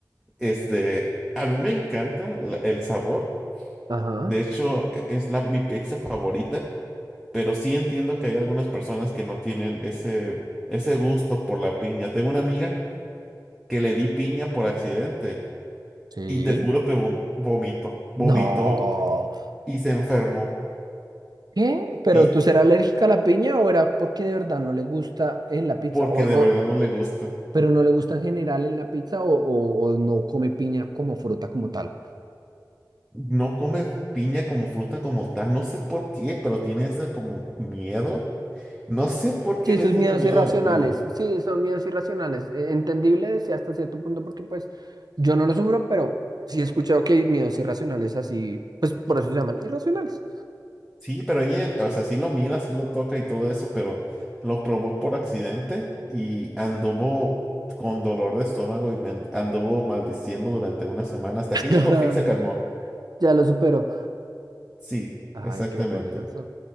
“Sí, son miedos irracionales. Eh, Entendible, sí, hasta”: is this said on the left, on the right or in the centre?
Right